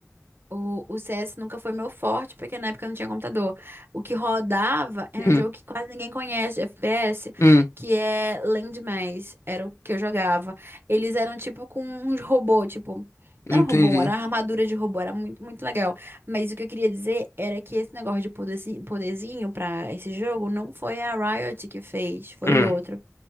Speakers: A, on the right; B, on the left.
A: O, o CS nunca foi meu forte, porque na época eu não tinha computador. O que rodava era
B: Hum,
A: um jogo que quase ninguém conhece, de FPS,
B: hum,
A: que é Landmass. Era o que eu jogava. Eles eram tipo com uns robô, tipo. Não
B: entendi.
A: era um robô, era uma armadura de robô, era muito, muito legal. Mas o que eu queria dizer era que esse negócio de poderzinho, poderzinho pra esse jogo não foi a Riot que fez, foi
B: Hum,
A: outro.